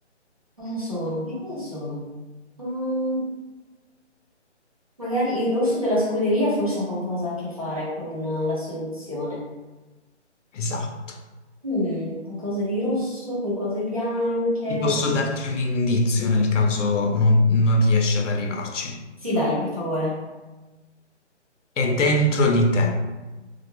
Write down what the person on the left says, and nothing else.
Esatto.
Ti posso darti un indizio nel caso non, non riesci ad arrivarci.
È dentro di te.